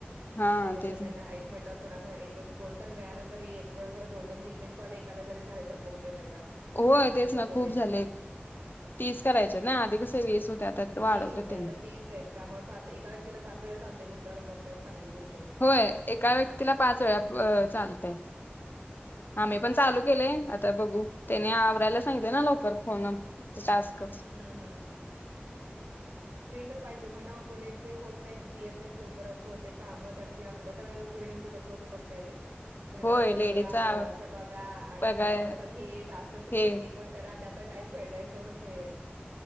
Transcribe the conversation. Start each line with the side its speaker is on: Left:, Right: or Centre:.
Left: हा
Right: <inaudible> कुणाकुणा
Left: तेच ना.
Right: एक कोणत मिळाला तरी एक दोन दोन तीन तीन कॉले एकाला जरी झाले तर बघूया पहिला
Left: होय
Right: चालू
Left: तेच
Right: तर
Left: ना
Right: करूया
Left: खूप झाले तीस करायचे ना आधी क
Right: वीस होते आता
Left: <inaudible>
Right: तीस आहेत त्यामुळे पाच एका व्यक्तीला पाच वेळा चालते म्हटल्यावर मग काय चांगली गोष्ट आहे म्हटलं
Left: होय एका व्यक्तीला पाच वेळा चालतय आम्ही
Right: हम्म
Left: पण चालू केले आता बघू, त्याने आवरायला सांगितल ना लवकर फोन टास्क
Right: हम्म हम्म फ्री तर पाहिजे म्हणणा कोणी फ्री होत नाही लेत नाहीत लवकर असं होते काम त्यातली आप तर गृहिणींचं कसं होते बघताय का नाही घरातलं
Left: होय
Right: पण
Left: लेडीजचा
Right: बघा पोरांच पण बघा आणि
Left: बघाय
Right: परत हे टास्कच
Left: हे
Right: पण ते ड करा त्या आता टाईप भेटायचो म्हणजे